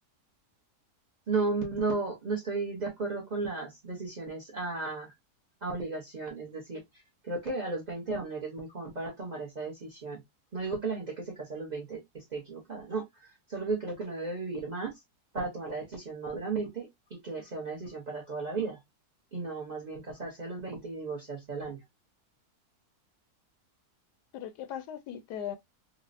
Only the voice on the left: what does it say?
Pero ¿qué pasa si te,